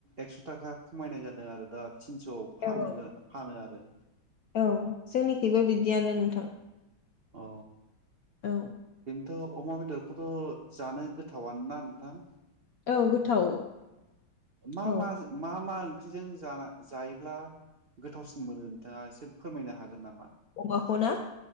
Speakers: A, on the right (about 70°); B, on the left (about 65°).
A: एक्स' थाखा खमायनाय जादों आरो दा तिनस' फानोगो
B: औ
A: फानो आरो
B: औ जोंनिखिबो बिदियानो नोंथां
A: अ
B: औ
A: थ अमा बेदरखौथ' जानो गोथावान ना नोंथां
B: औ गोथाव
A: मा
B: औ
A: मा मा मा ओंख्रिजों जाना जायोब्ला गोथावसिन मोनो नोंथाङा एसे फोरमायनो हागोन नामा
B: अमाखौ ना